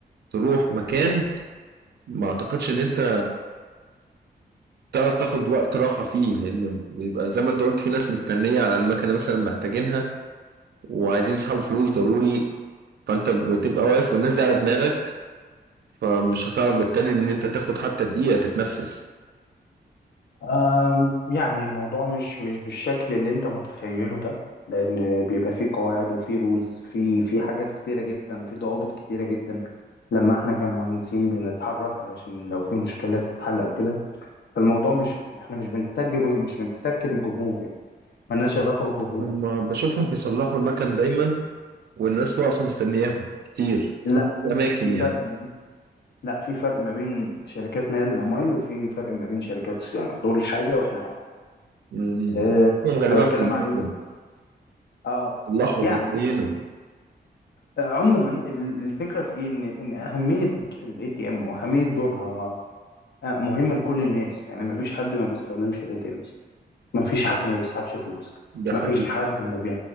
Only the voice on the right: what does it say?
تروح مكان ما اعتقدش ان انت تعرف تاخد وقت راحة فيه لأن بيبقى زي ما أنت قلت في ناس مستنية على المكنة مثلا محتاجينها وعايزين يسحبوا فلوس ضروري فأنت بتبقى واقف والناس دي على دماغك فمش هتعرف بالتالي إن أنت تاخد حتى دقيقة تتنفس
ما بشوفهم بيصلحوا المكن دايما والناس واقفة مستنياهم كتير في
الأماكن
يعني
أمم،
هم غالبا
في البيت
بيصلحوا
بيبينوا
ده
حقيقي